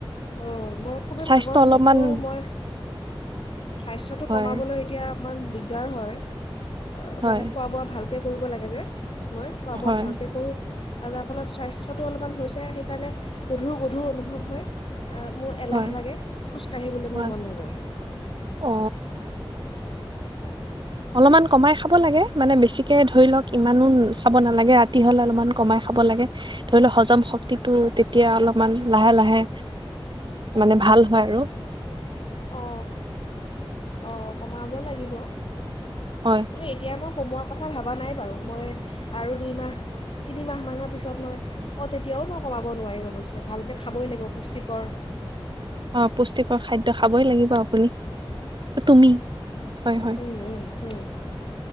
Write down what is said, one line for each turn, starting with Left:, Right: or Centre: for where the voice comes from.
Left: অ'। মোৰ খুবেই
Right: স্বাস্থ্য
Left: ভাগৰ অনুভৱ
Right: অলপমান
Left: কৰো, মই স্বাস্থ্যটো
Right: হয়
Left: কমাবলৈ এতিয়া অকণমান দিগদাৰ হয়। অ,
Right: হয়
Left: মানে খোৱা-বোৱা ভালকে কৰিব লাগে যে মই খোৱা-বোৱা
Right: হয়
Left: ভালকৈ কৰোঁ। আৰু যাৰ ফলত স্বাস্থ্যটো অলপমান হৈছে সেইকাৰণে গধুৰ গধুৰ অনুভৱ হয়। মোৰ এলাহ
Right: হয়
Left: লাগে, খোজকাাঢ়িবলৈ
Right: হয়
Left: মোৰ মন নাযায়।
Right: অ অলপমান কমাই খাব লাগে। মানে বেছিকে ধ ধৰি লওক ইমানো খাব নালাগে। ৰাতি হলে অলপমান কমাই খাব লাগে ধৰি লওক হজম শক্তিটো তেতিয়া অলপমান লাহে লাহে মানে ভাল হয় আৰু।
Left: অ, অ, অ। কমাব লাগিব।
Right: হয়
Left: কিন্তু এতিয়া মোক কমোৱাৰ কথা ভবা নাই বাৰু। মই আৰু দুইমাহ তিনিমাহমানৰ পিছত মই অ, তেতিয়াও মই কমাব নোৱাৰিম অৱশ্যে ভালকৈ খাবই লাগিব পুষ্টিকৰ।
Right: অ পুষ্টিকৰ খাদ্য খাব। খাবই লাগিব। <unintelligible> তুমি। হয় হয়
Left: উম, উম, উম।